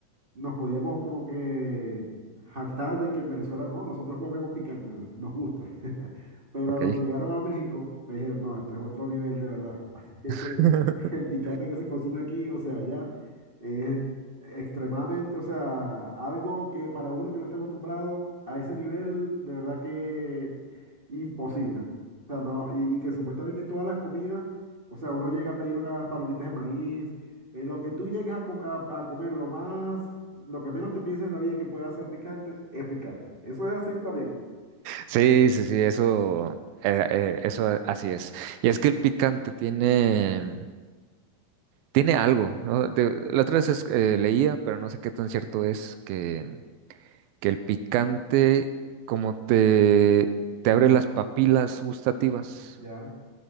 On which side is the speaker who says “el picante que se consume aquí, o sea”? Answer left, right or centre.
Right